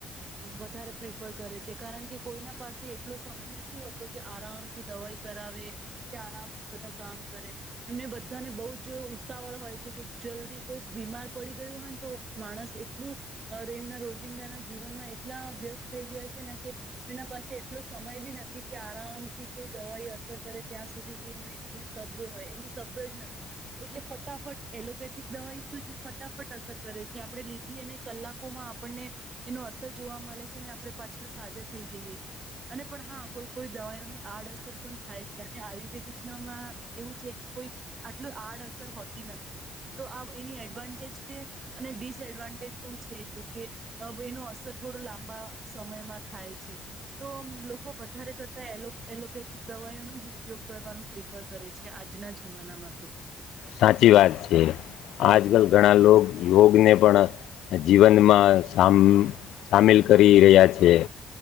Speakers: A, on the right (about 40°); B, on the left (about 80°).
A: વધારે પ્રિફર કરે છે. કારણ કે, કોઈના પાસે એટલો સમય નથી હોતો કે આરામથી દવાઈ કરાવે. કે આરામથી બધા કામ કરે. એમને બધાને બહુ જ ઉતાવળ હોય છે કે, જલ્દી કોઈ બીમાર પડી ગયું હોય ને તો માણસ એટલું અ એમના રોજિંદા ના જીવનમાં એટલા વ્યસ્ત થઈ ગ્યા છે ને કે એના પાસે એટલો સમય બી નથી કે આરામ થી કોઈ દવાઈ અસર કરે ત્યાં સુધી એમેં એ સબ્ર હોય એને સબ્ર જ નથી એટલે ફટાફટ એલોપેથીક દવાઈ શું છે ફટાફટ અસર કરે છે આપણે લીધી અને કલાકોમાં આપણને એનો અસર જોવા મલે છે ને, આપડે પાછા સાજા થઈ જઈએ છીએ. અને પણ હા, કોઈ કોઈ દવાઓની આડઅસર પણ થાય છે, અને આયુર્વેદિકમાં એવું છે કે, કોઈ આટલું આડઅસર હોતી નથી, તો આ એની એડવાન્ટેજ છે. અને ડિસએડવાન્ટેજ પણ છે, જોકે અ એનો અસર થોડું લાંબા સમયમાં થાય છે. તો લોકો વધારે કરતા એલોપેથિક દવાઓ નો જ ઉપયોગ કરવાનું પ્રિફર કરે છે, આજના જમાનામાં તો.
B: સાચી વાત છે. આજકાલ ઘણા લોકો યોગને, પણ જીવનમાં સામ સામેલ કરી રહ્યા છીએ.